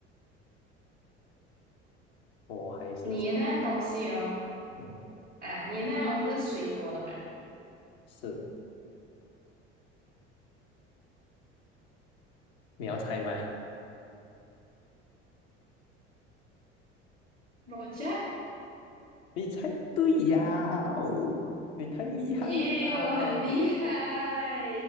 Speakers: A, on the left; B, on the right.
A: 我还是
B: 你的那样东西哦，
A: 嗯
B: 啊，你的那样东西是水果的嘛？
A: 是，你要猜吗？
B: 肉夹
A: 你猜对呀哦，你太厉害呀
B: 耶我很厉害，
A: 哦！